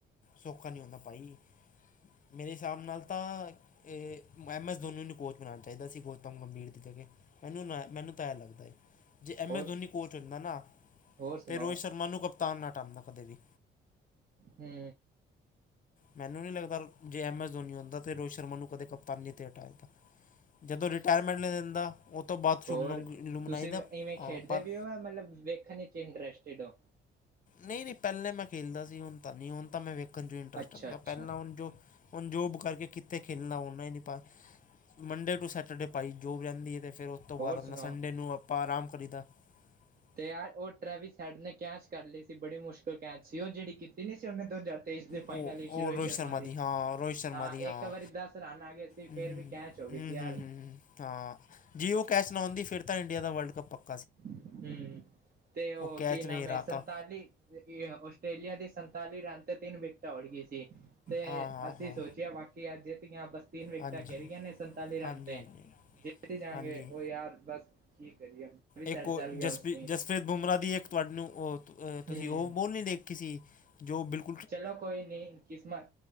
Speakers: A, on the left; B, on the right.
A: ਸੌਖਾ ਨਹੀਂ ਹੁੰਦਾ, ਭਾਈ। ਮੇਰੇ ਹਿਸਾਬ ਨਾਲ ਤਾਂ ਇਹ, ਐੱਮ ਐੱਸ ਧੋਨੀ, ਨੂੰ ਕੋਚ ਬਣਾਉਣਾ ਚਾਹੀਦਾ ਸੀ। ਗੌਤਮ ਗੰਭੀਰ ਦੀ ਜਗਾ। ਮੈਨੂੰ ਨਾ ਮੈਨੂੰ ਤਾਂ, ਇਹ ਲੱਗਦਾ ਹੈ। ਜੇ ਐਮ
B: ਹੋਰ
A: ਐਸ ਧੋਨੀ, ਕੋਚ ਹੁੰਦਾ ਨਾ,
B: ਹੋਰ ਸੁਣਾਓ
A: ਤੇ ਰੋਹਿਤ ਸ਼ਰਮਾ ਨੂੰ ਕਪਨ ਤਾਂ ਨਾ ਹਟਾਉਂਦਾ ਕਦੇ ਵੀ।
B: ਹੂੰ।
A: ਮੈਨੂੰ ਨਹੀਂ ਲੱਗਦਾ, ਜੇ ਐਮ ਐੱਸ ਧੋਨੀ, ਹੋਣਦਾ ਤੇ ਰੋਹਿਤ ਸ਼ਰਮਾ ਨੂੰ ਕਦੇ ਕਪਤੀ ਤੇੇ ਹਟਾ ਦਿੰਦਾ ਆ। ਜਦੋਂ, ਰਿਟਾਇਰਮੈਂਟ ਲੈ ਲੈਂਦਾ। ਤੋਂ ਬਾਅਦ ਸ਼ੁਭਨਮ
B: ਹੋਰ,
A: ਗਿੱਲ ਨੂੰ ਮਨਾਈਦਾ
B: ਤੁਸੀਂ ਇਵੇਂ ਖੇਡਦੇ
A: ਪਰ
B: ਵੀ ਹੋ? ਯਾ ਮਤਲਬ ਵੇਖਣ ਵਿਚ ਇੰਟਰਸਟਿਡ ਹੋ?
A: ਨਹੀਂ- ਨਹੀਂ, ਪਹਿਲੇ ਮੈਂ ਖੇਲਦਾ ਸੀ। ਹੁਣ ਤਾਂ ਨਹੀਂ, ਹੁਣ ਤਾਂ ਮੈਂ ਵੇਖਣ ਇੰਟਰਸਟ
B: ਅੱਛਾ ਅੱਛਾ
A: ਪਹਿਲਾਂ ਹੁਣ ਜੋ। ਹੁਣ ਜੋਬ ਕਰਕੇ, ਕਿੱਥੇ ਖੇਲਣਾ ਹੋਨਾ ਹੀ, ਨਹੀਂ ਪਤਾ ਮੰਡੇ ਟੂ ਸੈਟਰਡੇ ਭਾਈ ਜੋਬ, ਵੀ ਰਹਿੰਦੀ ਹੈ। ਤੇ ਫੇਰ ਉਸ ਤੋਂ ਬਾਅਦ,
B: ਹੋਰ
A: ਆਪਣਾ
B: ਸੁਣਾਓ
A: ਸੰਡੇ ਨੂੰ ਆਪਾਂ ਆਰਾਮ ਕਰੀਦਾ। <inaudible>
B: ਅਤੇ ਯਾਰ ਉਹ, ਟਰੈਵੀ ਸਾਈਡ ਨੇ, ਕੈਚ ਕਰ ਲਈ ਸੀ। ਬੜੀ ਮੁਸ਼ਕਲ ਕੈਚ ਸੀ। ਉਹ ਜਿਹੜੀ ਕੀਤੀ ਨਹੀਂ ਸੀ। ਉਹਨੇ ਦੋਜਾਰ ਤੇ ਫੇਰ ਫਾਈਨਲ,
A: ਉਹ
B: ਐਂਟਰੀ
A: ਉਹ
B: ਹੋਈ, ਰੋਹਿਤ ਸ਼ਰਮਾ ਦੀ,
A: ਹਾਂ ਰੋਹਿਤ ਸ਼ਰਮਾ
B: ਤਾ
A: ਦੀ ਹਾਂ
B: ਇੱਕ ਵਾਰੀ, ਦਸ ਰਨ ਆ ਗਏ ਸੀ।
A: ਹੂੰ,
B: ਫੇਰ
A: ਹੂੰ-
B: ਵੀ ਕੈਚ ਹੋ ਗਈ
A: ਹੂੰ,
B: ਸੀ ਯਾਰ
A: ਹੂੰ- ਹੂੰ, ਹਾਂ ਜੇ ਉਹ ਕੈਚ ਨਾ ਹੁੰਦੀ ਫੇਰ ਤਾਂ, ਇੰਡੀਆ ਦਾ ਵਰਲਡ ਕੱਪ ਪੱਕ-
B: ਹੂੰ, ਤੇ ਉਹ
A: ਕੈਚ
B: ਕੀ ਨਾਮ
A: ਨਹੀਂ
B: ਹੈ।
A: ਰਾਤਾ
B: ਸੰਤਾਲੀ ਆਸਟ੍ਰੇਲੀਆ ਦੀ ਸੰ- ਤਾਲੀ ਰਨ ਤੇ, ਤਿੰਨ ਵਿਕਟਾਂ ਉੜ ਗਈ ਸੀ। ਤੇ
A: ਹਾਂ ਹਾਂ
B: ਅਸੀਂ
A: ਹਾਂ
B: ਸੋਚਿਆ, ਬਾਕੀ ਅੱਜ ਜਿੱਤੇ ਆ, ਬਸ। ਤਿੰਨ ਵਿਕਟਾਂ,
A: ਹਾਂਜੀ
B: ਗਿਰ ਰੀਆਂ ਨੇ, ਸੰਤਾਲੀ ਰਨ
A: ਹਾਂਜੀ
B: ਤੇ।
A: ਹਾਂਜੀ
B: ਜਿੱਤ ਹੀ ਜਾਣਗੇ,
A: ਹਾਂਜੀ
B: ਉਹ ਯਾਰ ਬਸ- ਕੀ ਕਰੀਏ- ਵੀ ਸਾਈਡ
A: ਇੱਕ ਉਹ,
B: ਚੱਲ ਗਿਆ
A: ਜਸਪ੍ਰ
B: ਉਸ ਨੇ
A: ਜਸਪ੍ਰੀਤ ਬੁਮਰਾਹ, ਦੀ ਇੱਕ ਤੁਹਾਡੇ ਨੂੰ, ਉਹ, ਉਹ ਤੁਸੀਂ
B: ਹੂੰ
A: ਉਹ ਬੋਲ ਨਹੀਂ ਦੇਖੀ ਸੀ। ਜੋ, ਬਿਲਕੁ-
B: ਚਲੋ ਕੋਈ ਨੀ, ਕਿਸਮਤ,